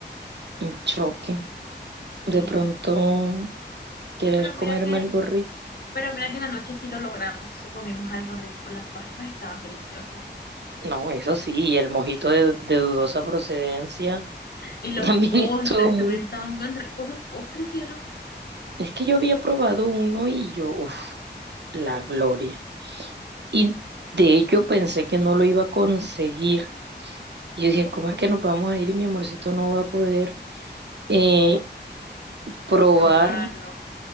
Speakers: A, on the right; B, on the left.
A: un choque.
B: Sí,
A: De pronto querer
B: sí, pero mira
A: comerme
B: que,
A: algo rico
B: pero mira que en la noche sí lo logramos, sí comimos algo rico, las pastas estaban deliciosas.
A: No, eso sí, y el mojito de, de dudosa procedencia <laughs>
B: Y los
A: también
B: postres
A: estuvo muy...
B: también estaban bien ricos, los postres, cielo.
A: Es que yo había probado uno y yo, uff, la gloria. Y de ello pensé que no lo iba a conseguir. Y yo dije, ¿cómo es que nos vamos a ir y mi amorcito no va a poder eh, probar
B: Probarlo.